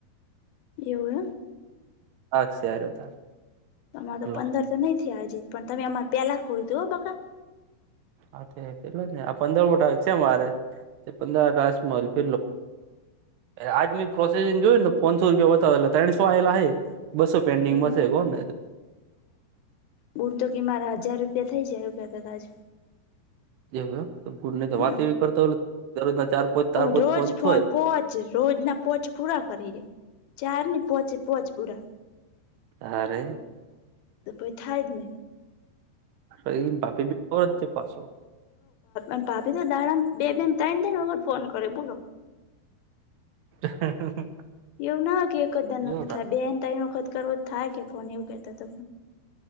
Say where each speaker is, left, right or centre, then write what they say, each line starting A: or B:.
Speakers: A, on the left; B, on the right.
A: એવ
B: હાસાર તાર
A: તમારે તો
B: લો
A: પંદર તો નહી થયા હજી પણ તમે અમારે પેલા ખોલું તું હો બકાા
B: હા પેટલો જ ને આ પંદર મોટા છે મારે તે પણંદર આકાશ મલ ફિરલો અરે આજ મેી પ્રોસેસિંગ જોયું ને પાંચસો રૂપિયાયતા હતા ત્રણસો આયેલા બસો પેન્ટિંગમાં
A: એવું
B: છે
A: એમ
B: કોણ ને
A: બુણ તો કે મારા હજાર રૂપિયા થઇ જાય એું કેતા ત
B: એવ ગુ ન
A: હમ
B: વાત એવી કરતા દરરોજના ચાર પોંચ ચાર
A: પણ
B: પોંચ
A: રોજ ફોન
B: થાય
A: પોચ રોજ ના પોચ પૂરા કરી દે ચાર પોોંચે પોોંચપુરા
B: હ
A: તો પ થાડને
B: એ બાપી જે પાછો
A: હ ભાપી તો દાાર બે બેન તને તને વખત ફોન કરે બોલો
B: <inaudible>
A: એવું ના હોય કે એક જ દન
B: એવું
A: જ થાય બેને તેન વખત કરવો થાય કે ફોન એવું કેતો તો